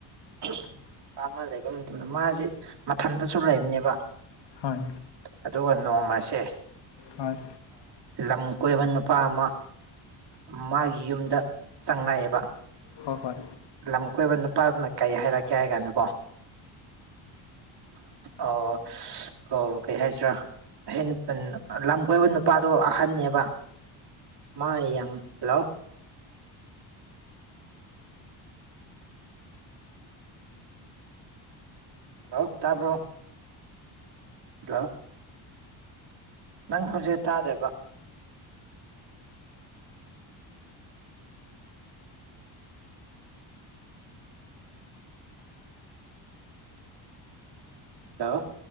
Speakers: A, on the right (about 55°); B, on the left (about 55°).
A: ꯅꯨꯄꯥ ꯑꯃ ꯂꯩꯕ ꯃꯇꯝꯗ ꯃꯥꯁꯦ ꯃꯊꯟꯇꯁꯨ ꯂꯩꯕꯅꯦꯕ꯫
B: ꯍꯣꯏ꯫
A: ꯑꯗꯨꯒ ꯅꯣꯡꯃꯁꯦ꯫
B: ꯍꯣꯏ꯫
A: ꯂꯝ ꯀꯣꯏꯕ ꯅꯨꯄꯥ ꯑꯃ ꯃꯥꯒꯤ ꯌꯨꯝꯗ ꯆꯪꯂꯛꯑꯦꯕ꯫
B: ꯍꯣꯏ ꯍꯣꯏ꯫
A: ꯂꯝ ꯀꯣꯏꯕ ꯅꯨꯄꯥꯗꯨꯅ ꯀꯩ ꯍꯥꯏꯔꯛꯀꯦ ꯍꯥꯏ ꯀꯥꯟꯗꯀꯣ ꯑꯣ ꯑꯣ ꯀꯩ ꯍꯥꯏꯁꯤꯔꯥ ꯍꯦꯟ ꯄꯟ ꯂꯝ ꯀꯣꯏꯕ ꯅꯨꯄꯥꯗꯣ ꯑꯍꯟꯅꯦꯕ ꯃꯥ ꯌꯥꯝ ꯍꯜꯂꯣ ꯍꯜꯂꯣ ꯇꯥꯔꯕ꯭ꯔꯣ꯫ ꯍꯜꯂꯣ꯫ ꯅꯪ ꯈꯣꯟꯖꯦꯜ ꯇꯥꯗ꯭ꯔꯦꯕ꯫ ꯍꯜꯂꯣ꯫